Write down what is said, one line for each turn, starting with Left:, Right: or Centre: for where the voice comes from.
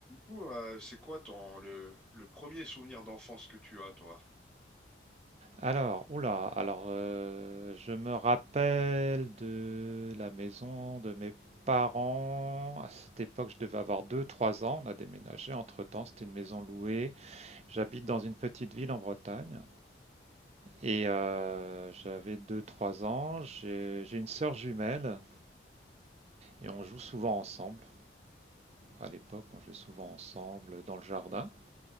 Centre: coup, euh, c'est quoi ton le, le premier souvenir d'enfance que tu as, toi?
Right: Alors, oula, alors euh, je me rappelle de la maison de mes parents. À cette époque, je devais avoir deux, trois ans. On a déménagé entre-temps, c'était une maison louée. J'habite dans une petite ville en Bretagne et euh, j'avais deux, trois ans. J'ai j'ai une sœur jumelle et on joue souvent ensemble. À l'époque, on jouait souvent ensemble dans le jardin.